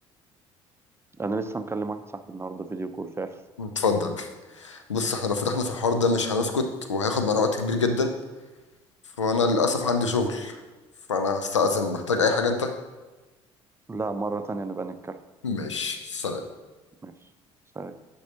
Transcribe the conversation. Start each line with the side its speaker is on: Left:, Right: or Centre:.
Right: انا لسه مكلم واحد صاحبي النهارده فيديو كول فعلا
Left: اتفضل بص احنا لو فتحنا في الحوار ده مش هنسكت وهياخد معانا وقت كبير جدا فانا للاسف عندي شغل فانا هستأذن محتاج اي حاجة انت
Right: <laughs> لا مره تانية نبقى نتكلم
Left: ماشي سلام
Right: ماشي سلام